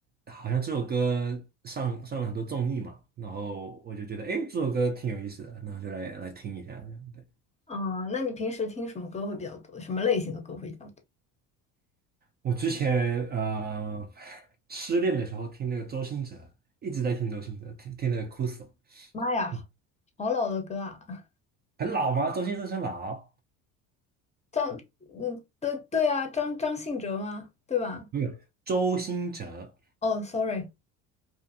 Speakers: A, on the right; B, on the left.
A: 好像这首歌上上了很多综艺嘛，然后我就觉得，哎，这首歌挺有意思的，然后就来来听一下这样。对，
B: 啊，那你平时听什么歌会比较多？什么类型的歌会比较多？
A: 我之前呃失恋的时候听那个周兴哲，一直在听周兴哲，听听的哭死了。
B: 妈呀，
A: 嗯
B: 好老的歌啊！
A: 很老吗？周兴哲很老。
B: 张，嗯，对对啊，张张信哲吗？对吧？
A: 没有周兴哲。
B: 哦，sorry，